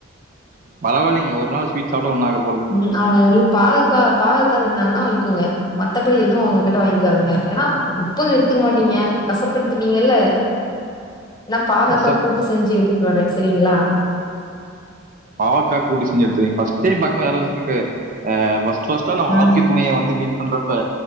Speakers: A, on the right; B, on the left.
A: பரவில்லைங்க ஒரு நாள் ஸ்வீட் சாப்டா ஒன்னாக
B: உம் அவங்க ஒங்களுக்கு பாகக்கா பாகக்கா தந்தாங்கன்னா வாங்கிக்கோங்க மத்தபடி எதுவு அவங்ககிட்ட வாங்கிகாதிங்க ஏனா உப்பு எடுத்துக்க மாட்டீங்க கஷப்பு எடுத்துபீங்கல்ல நா பாகக்கா
A: கசப்
B: கூட்டு செஞ்சு எடுத்துட்டு வாறேன் செரிங்களா
A: பாவக்கா கூட்டு செஞ்சு எடுத்துருகேன் ஃபர்ஸ்டே பாக்கும்போது யாராது ட்டு அ செஞ்சிட்டு ஃபர்ஸ்ட் ஃபர்ஸ்ட் த்தான
B: ஆ,
A: வாழ்கை துணைய வந்து மீட் பண்றப்ப